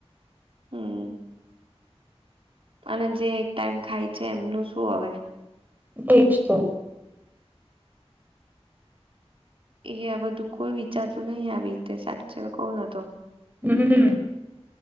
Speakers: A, on the right; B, on the right.
A: હમ અને જે એક ટાઈમ ખાય છે એમનું શું હવે?
B: એજ તો.
A: એ આ બધું કોઈ વિચારતું નહી આવી રીતે સાચે કહું ન તો.
B: હમ્મ